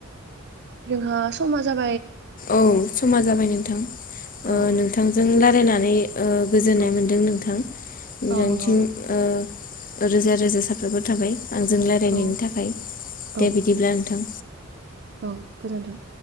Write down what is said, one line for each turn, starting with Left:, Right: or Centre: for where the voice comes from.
Right: जोंहा समाजाव
Left: औ समा जाबाय नोंथां ओ
Right: औ औ
Left: नोंथांजों रायलायनानै ओ गोजोननाय
Right: औ
Left: मोनदों नोंथां <unintelligible>
Right: औ नंगौ नोंथां
Left: ओ रोजा रोजा साफ्राफोर थाबाय आंजों रायलायनायनि
Right: औ
Left: थाखाय दे
Right: औ
Left: बिदिब्ला नोंथां
Right: औ गोजोन्थों